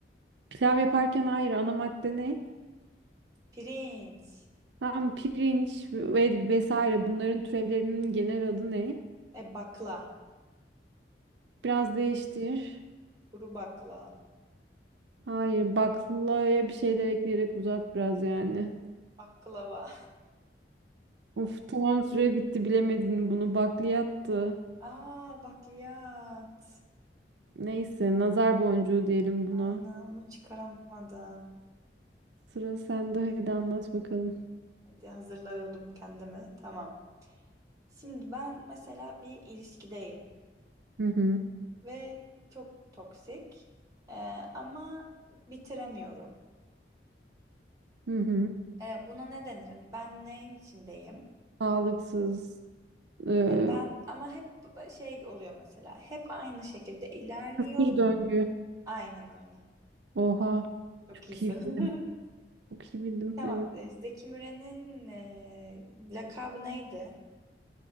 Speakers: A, on the right; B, on the right.
A: pilav yaparken hayır. Ana madde ne?
B: Pirinç.
A: Tamam, pirinç ve vesaire bunların türevlerinin genel adı ne?
B: E, bakla.
A: Biraz değiştir.
B: Kuru bakla.
A: Hayır, baklaya bir şeyler ekleyerek uzat biraz yani.
B: Baklava.
A: Of tamam süre bitti bilemedin bunu. Bakliyattı.
B: <laughs> Aa bakliyat.
A: Neyse nazar boncuğu diyelim buna.
B: Aynen onu çıkaramadım.
A: Sıra sende hadi anlat bakalım.
B: Hadi hazırlıyordum kendimi. Tamam. Şimdi ben mesela bir ilişkideyim.
A: Hı hı.
B: ve çok toksik. Ee, ama bitiremiyorum.
A: Hı hı.
B: Ee, buna ne denir? Hani ben neyin içindeyim?
A: Sağlıksız. Ee,
B: Hani ben ama hep şey oluyor mesela. Hep aynı şekilde ilerliyor.
A: bir döngü.
B: Aynen öyle.
A: Oha.
B: Çok
A: Çok
B: iyisin.
A: iyi bildim.
B: <laughs>
A: Çok iyi bildim.
B: Tamam.
A: Evet.
B: e, Zeki Müren'in e, lakabı neydi?